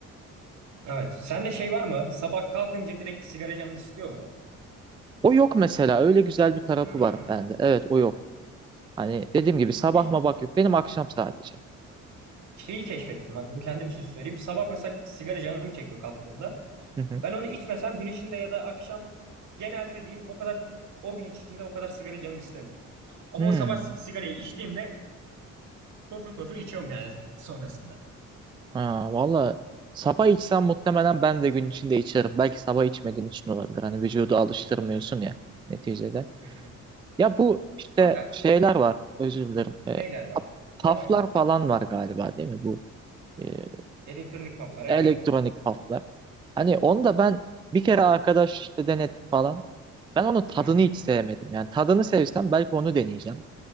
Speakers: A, on the right (about 70°); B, on the right (about 15°).
A: evet. Sende şey var mı? Sabah kalkınca direkt sigara canın istiyor mu?
B: O yok mesela. Öyle güzel bir tarafı
A: Hmm.
B: var bende. Evet o yok. Hani dediğim gibi sabah
A: Bir
B: mı bak yok. Benim akşam sadece.
A: şeyi keşfettim. Hadi bunu kendim için söyleyeyim. Sabah mesela sigara canım çekiyor kalktığımda.
B: Hı hı.
A: Ben onu içmesem gün içinde ya da akşam genelde diyeyim o kadar o gün içinde o kadar sigara canım istemiyor. Ama
B: Hmm.
A: o sabah sig- sigarayı içtiğimde pöfür pöfür içiyorum yani sonrasında.
B: Ha, valla sabah içsem muhtemelen ben de gün içinde içerim. Belki sabah içmediğim için olabilir. Hani vücudu alıştırmıyorsun
A: Olabilir.
B: ya neticede.
A: Hı hı.
B: Ya bu işte
A: Kanka
B: şeyler var. Özür dilerim. E,
A: neler var?
B: paf- paflar
A: Devam et.
B: falan var galiba değil mi bu? Ee,
A: Elektronik kaflar evet.
B: elektronik paflar. Hani onu da ben bir kere arkadaş işte denetti falan. Ben onun tadını
A: Hı hı.
B: hiç sevmedim. Yani tadını sevsem belki onu deneyeceğim.